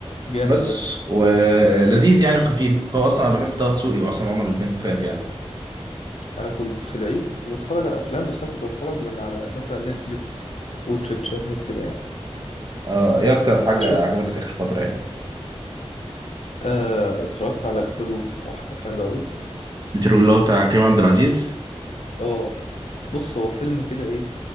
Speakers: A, on the left; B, on the right.
A: جامد
B: بس
A: ده
B: ولذيذ يعني خفيف هو اصلا انا بحب طه دسوقي وعصام عمر الاثنين خفاف يعني
A: انا كنت في العيد كنت بتفرج على افلام بس انا كنت بتفرج من على مثلا نتفليكس واتش إت شاهد كده يعني
B: آه ايه اكتر حاجه
A: فشفت
B: عجبتك اخر فتره يعني
A: آه اتفرجت على بيت الروبي الصراحه كان حلو قوي
B: بتروي اللي هو بتاع كريم عبد العزيز
A: اه بص هو فيلم كده ايه